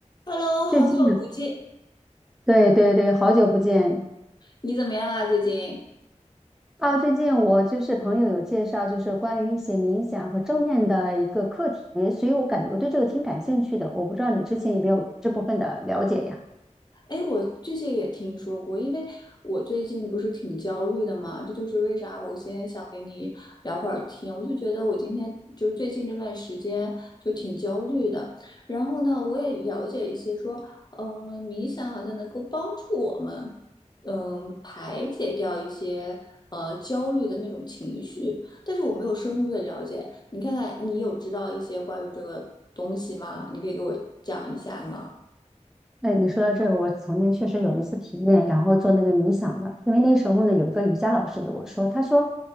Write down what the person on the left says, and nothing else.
Hello，好久不见，
你怎么样啊？最近？
哎，我最近也听说过，因为我最近不是挺焦虑的嘛，这就是为啥我今天想跟你聊会儿天。我就觉得我今天就是最近这段时间就挺焦虑的，然后呢，我也了解一些说，嗯，冥想好像能够帮助我们，嗯，排解掉一些呃焦虑的那种情绪，但是我没有深入的了解。你看看，你有知道一些关于这个东西吗？你可以给我讲一下吗？